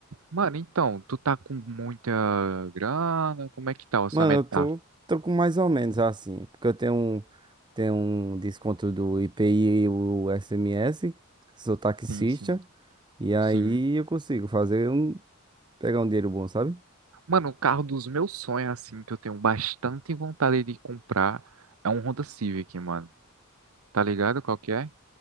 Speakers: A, on the right; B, on the right.
A: mano, então, tu tá com muita grana? Como é que tá o orçamento?
B: Mano, eu tô,
A: Tá.
B: tô com mais ou menos assim. Porque eu tenho um, tenho um desconto do IPI e o SMS. Sou taxista.
A: Sim, sim,
B: E aí
A: sim.
B: eu consigo fazer um. Pegar um dinheiro bom, sabe?
A: Mano, o carro dos meus sonhos, assim, que eu tenho bastante vontade de comprar, é um Honda Civic, mano. Tá ligado qual que é?